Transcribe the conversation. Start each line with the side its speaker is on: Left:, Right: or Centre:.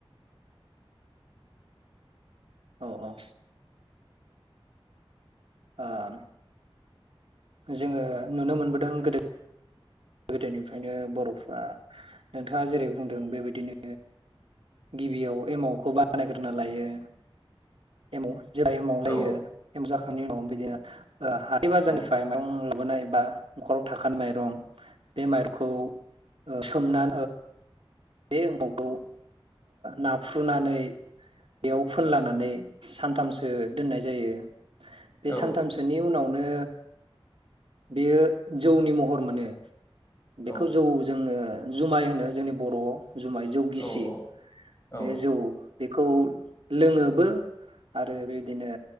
Right: औ औ औ जोङो नुनो मोनबोदों गोदो गोदोनिफ्रायनो बर'फ्रा नोंथाङा जेरै बुंदों बेबायदिनो गिबियाव एमावखौ बानायग्रोना लायो एमाव जेाय एोमावलायो
Left: औ
Right: एमजाखो माव बिदि हाथाय बाजारनिफ्राय
Left: औ
Right: म लााबोनाय बा न'खराव थाखानाय माइरं बे माइरखौ सोमना बे एम्फौखौ नाफ्र्रुनानै बेयाव फोनलानानै सानथामसो दोननाय जायो बे
Left: औ
Right: सानथामसोनि उनावनो बेयो जौनि महर मोनो बेखौ
Left: औ
Right: जौ जोङो जुमाय होनो जोंनि बर'आव जुमाय जौ गिसि
Left: औ औ
Right: बे जौ बेखौ लोङोबो आरो बेदिनो